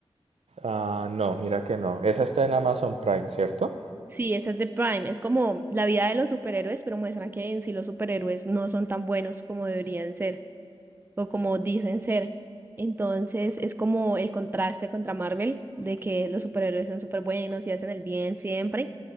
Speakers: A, on the right; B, on the right.
A: Ah, no, mira que no. Esa está en Amazon Prime, ¿cierto?
B: Sí, esa es de Prime, es como la vida de los superhéroes, pero muestran que en sí los superhéroes no son tan buenos como deberían ser. o como dicen ser. Entonces es como el contraste contra Marvel, de que los superhéroes son súper buenos y hacen el bien siempre.